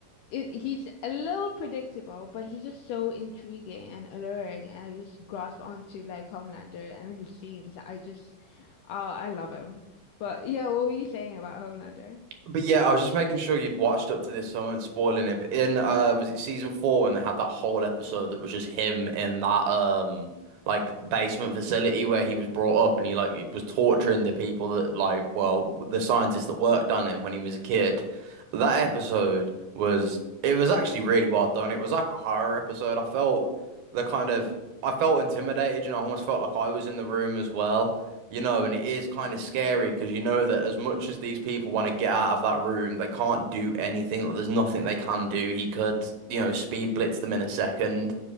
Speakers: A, on the left; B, on the right.
A: it, he's a little predictable, but he's just so intriguing and alluring, and I just grasp onto like Homelander and his scenes. I just, oh, I love him. But yeah, what were you saying about Homelander?
B: But yeah, I was just making sure you'd watched up to this, so I wasn't spoiling it. But in uh, was it season four when they had that whole episode that was just him in that um like basement facility where he was brought up and he like he was torturing the people that like well the scientists that worked on him when he was a kid. That episode was it was actually really well done. It was like a horror episode. I felt the kind of I felt intimidated, you know, I almost felt like I was in the room as well. You know, and it is kind
A: Yeah,
B: of scary because you know that as much as these people want to get out of that room, they can't do anything. Like, there's nothing they can do. He could, you know, speed blitz them in a second.